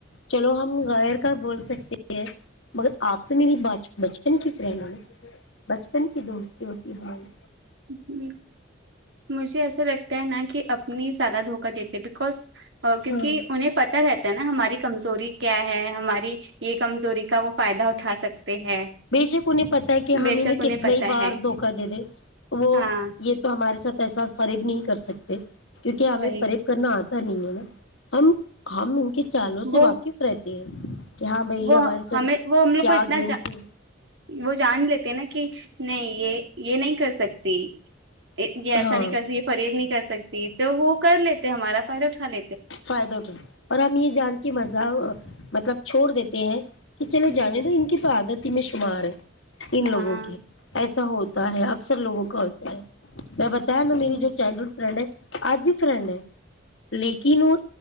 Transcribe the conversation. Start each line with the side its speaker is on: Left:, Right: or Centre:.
Left: چلو ہم غیر کا بول سکتے ہیں مگر آپ تو میری بچپن کی فرینڈ بچپن کی دوستی ہوتی ہے ہماری
Right: ہ مجھے ایسا لگتا ہے نا کہ اپنی سالہ دھوکہ دیتے بکوز کیونکہ
Left: ہاں
Right: انہیں پتا رہتا ہے نا ہماری کمزوری کیا ہے ہماری یہ کمزوری کا وہ فائدہ اٹھا سکتے ہیں
Left: بے شک انہیں پتا ہے کہ
Right: بے
Left: ہم انہیں
Right: شک
Left: کتنا
Right: پتا
Left: ہی باہار
Right: ہے
Left: دھوکا دے دیں تو وہ
Right: ہاں
Left: یہ تو ہمارے ساتھ ایسا فریب نہیں کر سکتے کیونکہ ہمیں
Right: وہی
Left: فریب کرنا آتا نہیں ہے نا ہم ہم ان کے چالوں سے
Right: وہ
Left: واقف رہتے ہیں کہ ہاں بھائی
Right: وہ
Left: ہمارے ساتھ
Right: ہمیں وہ ہم لوگ
Left: کیا
Right: کو اتنا
Left: گیم کھیل
Right: وہ جان لیتے نا کہ نہیں یہ یہ نہیں کر سکتی یہ ایسا
Left: ہاں
Right: نہیں کر سک یہ فریر نہیں کر سکتی تو وہ کر لیتے تو ہمارا پائرٹھال
Left: فائدہ اٹھ اور ہم یہ جان کی مزہ مطلب چھوڑ دیتے ہیں کہ چلے جانے
Right: ہ
Left: تو ان کی تو عادت ت میں شمار ان
Right: ہاں
Left: لوگوں کی ایسے ہوتا ہے اکثر لوگوں کا ہوتا ہے میں بتا تین ن میری
Right: ہ
Left: جو چائلڈ ہوڈ فرینڈ ہے آج ہی فرنڈ ہے ل کینوں